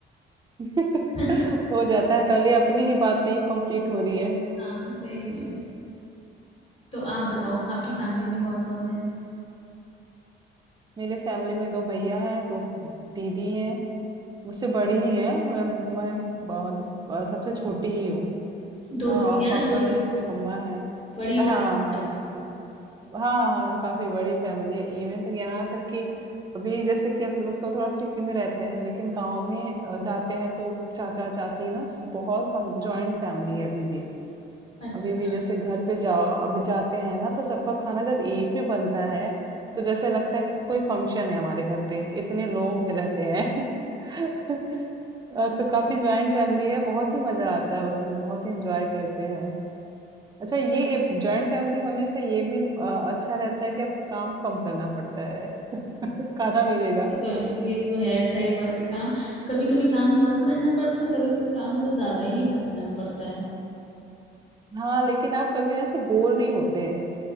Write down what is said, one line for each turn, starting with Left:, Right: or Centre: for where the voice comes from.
Right: <laughs>
Left: <laughs>
Right: हो जाता है, पहले अपनी ही बात नहीं कंप्लीट हो रही है।
Left: हाँ सही में तो आप बताओ आपकी फैमिली में कौन कौन है
Right: मेरे फैमिली में 2 भैया हैं, 2 दीदी हैं, मुझसे बड़ी ही हैं, मैं मैं ब मतलब अ, सबसे छोटी ही हूँ।
Left: दो
Right: हाँ
Left: भैया
Right: और पापा
Left: दो दीदी
Right: है मम्मा है
Left: बड़ी
Right: हाँ
Left: फैमिली
Right: हाँ
Left: आपकी
Right: हाँ हाँ हाँ वो काफी बड़ी फैमिली है इवन तक यहाँ तक कि अभी जैसे कि हम लोग तो थोड़ा सिटी में रहते हैं लेकिन गांव में अ, जाते हैं तो चाचा चाची ना स- बहुत कम जॉइंट फैमिली है अभी भी
Left: अच्छा
Right: अभी भी जैसे घर पे जाओ अभी जाते हैं ना तो सबका खाना जब एक में बनता है तो जैसे लगता है कोई फंक्शन है हमारे घर पे इतने लोग हैं- रहते हैं <laughs> अ, तो काफी ज्वाइंट फैमिली है बहुत ही मजा आता है उसमें बहुत ही एंजॉय करते हैं अच्छा ये जॉइंट फैमिली होने का ये भी अ, अच्छा रहता है कि आपको काम कम करना पड़ता है <laughs> खाना मिलेगा
Left: ये तो है ये तो है सही बात है काम कभी कभी काम कम करना पड़ता है कभी कभी काम कुछ ज्यादा ही करना पड़ता है
Right: हाँ लेकिन आप कभी ना ऐसे बोर नहीं होते हैं